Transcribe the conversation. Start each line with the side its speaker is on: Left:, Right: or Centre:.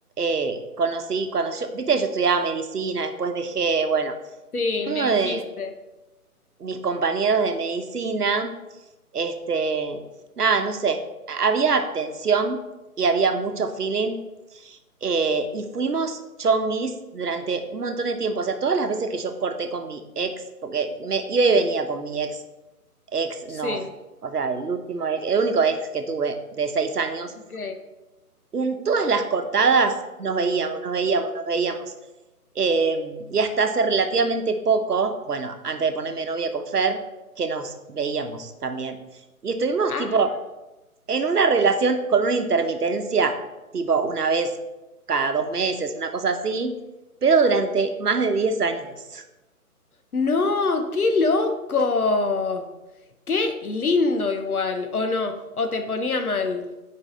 Right: eh, conocí, cuando yo, viste, yo estudiaba medicina, después dejé, bueno,
Left: Sí,
Right: uno
Left: me
Right: de
Left: dijiste.
Right: mis compañeros de medicina, este, nada, no sé, había tensión y había mucho feeling eh, y fuimos chonguis durante un montón de tiempo, o sea, todas las veces que yo corté con mi ex, porque me iba y venía con mi ex, ex
Left: Sí,
Right: no, o sea, el último, ex- el único ex que tuve de seis años,
Left: ok.
Right: Y en todas las cortadas nos veíamos, nos veíamos, nos veíamos. Eh, y hasta hace relativamente poco, bueno, antes de ponerme novia con Fer, que nos veíamos también. Y estuvimos
Left: Ah,
Right: tipo en una relación con una intermitencia, tipo una vez cada dos meses, una cosa así, pero durante más de 10 años.
Left: no, qué loco. Qué lindo igual, o no, o te ponía mal.